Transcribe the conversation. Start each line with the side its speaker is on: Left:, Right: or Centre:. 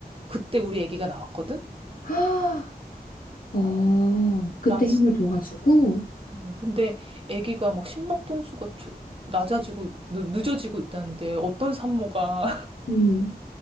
Right: 그때 우리 애기가 나왔거든?
Left: <gasps> 아, 어, 그때
Right: 나 진짜.
Left: 힘을 줘가지고.
Right: 어, 근데 아기가 막 심박동수가 조- 낮아지고 있- 늦- 늦어지고 있다는데 어떤 산모가
Left: 음,